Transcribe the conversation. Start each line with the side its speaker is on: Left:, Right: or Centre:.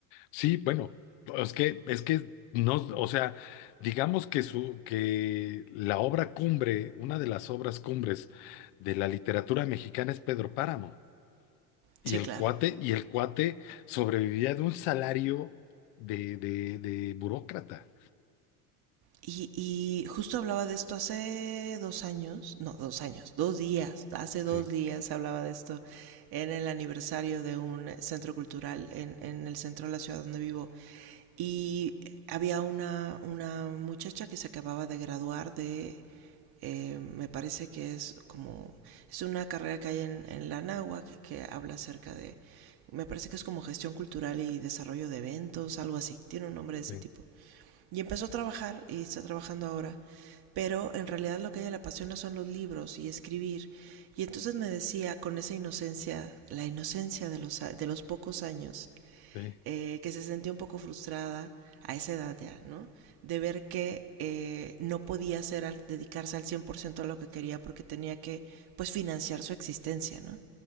Left: Sí, bueno, es que, es que no, o sea, digamos que su, que la obra cumbre, una de las obras cumbres de la literatura mexicana es Pedro Páramo. Y
Right: Sí,
Left: el
Right: claro.
Left: cuate, y el cuate sobrevivía de un salario de, de, de burócrata.
Right: Y, y justo hablaba de esto hace dos años, no, dos años, dos días, hace
Left: Sí,
Right: dos días hablaba de esto en el aniversario de un centro cultural en, en el centro de la ciudad donde vivo. Y había una, una muchacha que se acababa de graduar de, eh, me parece que es como, es una carrera que hay en, en la Nahua que, que habla acerca de, me parece que es como gestión cultural y desarrollo de eventos, algo así, tiene un nombre de ese
Left: sí,
Right: tipo. Y empezó a trabajar y está trabajando ahora, pero en realidad lo que a ella le apasiona son los libros y escribir. Y entonces me decía con esa inocencia, la inocencia de los, de los pocos años,
Left: sí,
Right: eh, que se sentía un poco frustrada a esa edad ya, ¿no? De ver que eh, no podía hacer al- dedicarse al 100% a lo que quería porque tenía que, pues, financiar su existencia, ¿no?